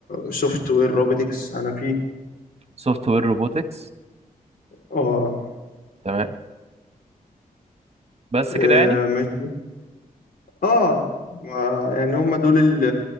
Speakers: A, on the left; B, on the right.
A: سوفت وير روبوتكس أنا فيه
B: سوفت وير روبوتكس
A: اه
B: تمام بس
A: آه،
B: كده يعني
A: ماشي اه ما- يعني هم دول ال-